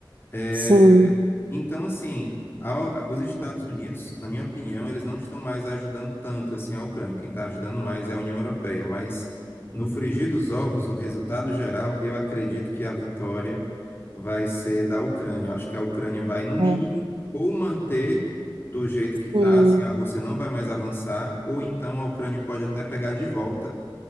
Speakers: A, on the left; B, on the right.
A: É,
B: sim,
A: então, assim, a- os Estados Unidos, na minha opinião, eles não estão mais ajudando tanto assim a Ucrânia. Quem está ajudando mais é a União Europeia. Mas no frigir dos ovos, o resultado geral, eu acredito que a vitória vai ser da Ucrânia. Eu acho que a Ucrânia vai, no mínimo,
B: é,
A: ou manter do jeito que está,
B: sim.
A: assim, a Rússia não vai mais avançar, ou então a Ucrânia pode até pegar de volta